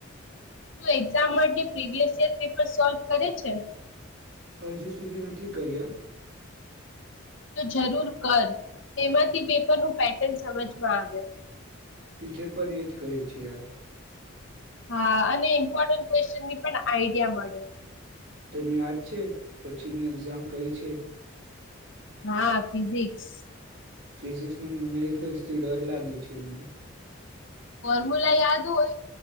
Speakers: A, on the left; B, on the right.
A: તું એક્ઝામ માટે પ્રીિવિયસ યર પેપર સોલ્વ કરે છે
B: હજુ સુધી નથી કર્યા
A: તો જરૂર કર તેમાંથી પેપરનું પેટર્ન સમજમાં આવે
B: ટીચર પણ એજ કહે છે યાર
A: હા અને ઇમ્પોર્ટન્ટ ક્વેશ્ચનની પણ આઈડિયા મળે
B: તને યાદ છે, પછીની એક્ઝામ કઈ છે?
A: હા ફિઝિક્સ.
B: ફિઝિક્સમાં ન્યુમેરિકલ્સ થી ડર લાગે છે મને.
A: ફોર્મ્યુલા યાદ હોય,